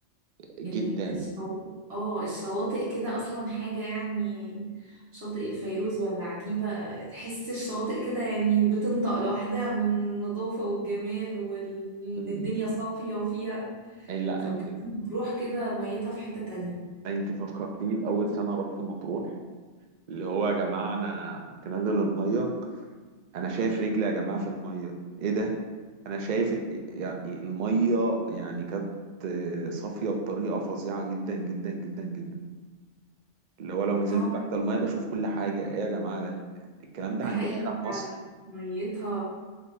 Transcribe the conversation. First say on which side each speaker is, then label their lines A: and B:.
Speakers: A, on the right; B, on the right.
A: جدا
B: الشو... اه الشواطئ كده اصلا حاجة يعني شاطئ الفيروز ولا عجيبة تحس الشواطئ كده يعني بتنطق لوحدها من النظافة والجمال وان
A: مم.
B: الدنيا صافية وفيها
A: يعني لا
B: فبجد
A: انت
B: مطروح كده ميتها في حتة تانية
A: انت فكرتني باول سنه رحت مطروح اللي هو يا جماعه انا كنت نازل الميه انا شايف رجلي يا جماعه في الميه ايه ده انا شايف يعني الميه يعني كانت صافيه بطريقه فظيعه جدا جدا جدا جدا اللي هو لو نزلت
B: اه
A: تحت الميه بشوف كل حاجه ايه يا جماعه ده الكلام ده
B: ده
A: عندنا
B: حقيقي
A: هنا في مصر
B: فعلا ميتها